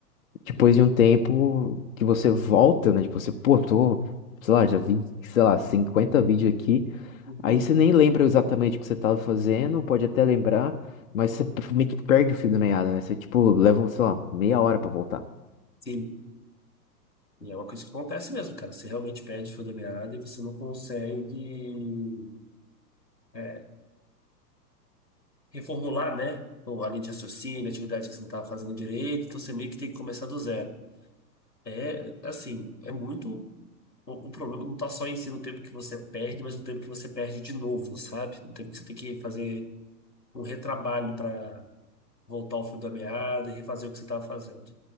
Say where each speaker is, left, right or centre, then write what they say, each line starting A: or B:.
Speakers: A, on the left; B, on the left.
A: Depois
B: Sim.
A: de um tempo que você volta, né? Tipo, você, pô, tô, sei lá, já vi, sei lá, 50 vídeos aqui.
B: Uhum.
A: Aí você nem lembra exatamente o que você tava fazendo, pode até lembrar, mas você meio que perde o fio da meada, né? Você, tipo, leva, sei lá, meia hora pra voltar.
B: Sim. E é uma coisa que acontece mesmo, cara. Você realmente perde o fio da meada e você não consegue é, reformular, né? Ou a linha de raciocínio, a atividade que você não estava fazendo direito, então você meio que tem que começar do zero. É, assim, é muito O, o problema não está só em si no tempo que você perde, mas no tempo que você perde de novo, sabe? No tempo que você tem que fazer um retrabalho para voltar ao fio da meada e refazer o que você estava fazendo.